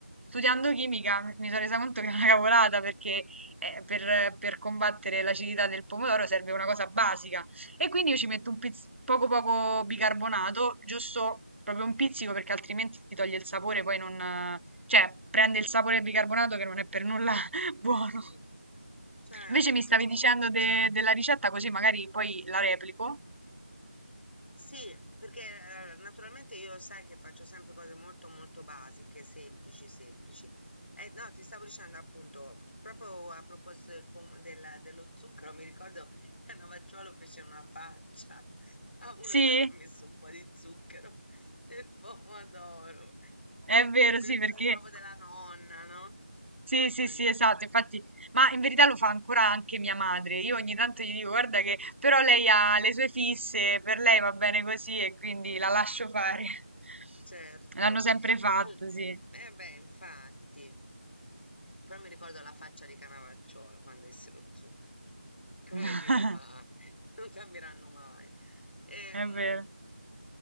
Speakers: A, on the right; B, on the left.
A: studiando chimica mi mi sono resa conto che è una cavolata perché eh, per, per combattere l'acidità del pomodoro serve una cosa basica e quindi io ci metto un pizz- poco poco bicarbonato, giusto proprio un pizzico perché altrimenti ti toglie il sapore, poi non... eh, cioè prende il sapore del bicarbonato che non è per nulla <laughs> buono.
B: mm, Certo.
A: Invece mi stavi dicendo de- della ricetta così magari poi la replico.
B: Sì, perché eh, naturalmente io sai che faccio sempre cose molto molto basiche, semplici, semplici. Eh, no, ti stavo dicendo appunto, proprio a proposito del pom- della- dello zucchero, mi ricordo che a Navacciuolo fece una faccia <laughs> a uno
A: Sì?
B: che ci aveva messo un po' di zucchero nel pomodoro.
A: È
B: Eh,
A: vero,
B: quelle
A: sì,
B: cose
A: perché
B: proprio della nonna, no?
A: sì,
B: Quelle follie.
A: sì, sì, esatto, infatti, ma in verità lo fa ancora anche mia madre. Io ogni tanto gli dico, guarda che però lei ha le sue fisse, per lei va bene così e quindi la lascio fare. <laughs>
B: Certo.
A: L'hanno sempre fatto,
B: Al
A: sì.
B: eh beh, infatti. Poi mi ricordo la faccia di Cannavacciuolo quando disse lo zucchero. Come
A: <laughs>
B: dire, ma non cambieranno mai. Ehm,
A: È vero.